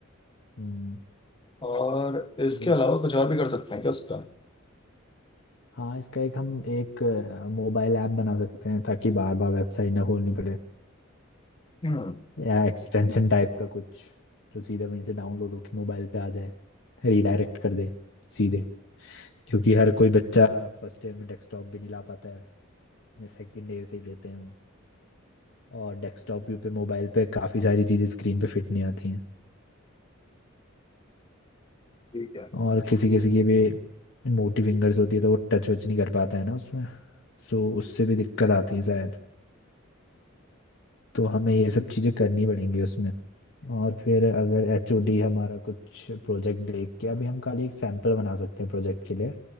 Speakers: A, on the left; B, on the left.
A: हम्म
B: और इसके
A: तो
B: अलावा कुछ और भी कर सकते हैं क्या उसका
A: हाँ इसका एक हम एक मोबाइल ऐप बना सकते हैं ताकि बार बार वेबसाइट ना खोलनी पड़े
B: हम्म
A: या एक्सटेंशन टाइप का कुछ जो सीधा वहीं से डाउनलोड होके मोबाइल पे आ जाए रीडायरेक्ट कर दे सीधे क्योंकि हर कोई बच्चा फर्स्ट ईयर में डेस्कटॉप भी नहीं ला पाता है या सेकंड ईयर से ही लेते हैं वो और डेस्कटॉप भी पे मोबाइल पे काफ़ी सारी चीज़ें स्क्रीन पे फिट नहीं आती हैं
B: ठीक है
A: और किसी किसी की भी मोटी फिंगर्स होती है तो वो टच वच नहीं कर पाता है ना उसमें सो उससे भी दिक्कत आती है शायद तो हमें ये सब चीज़ें करनी पड़ेंगी उसमें और फिर अगर एचओडी हमारा कुछ प्रोजेक्ट देख के अभी हम खाली एक सैंपल बना सकते हैं प्रोजेक्ट के लिए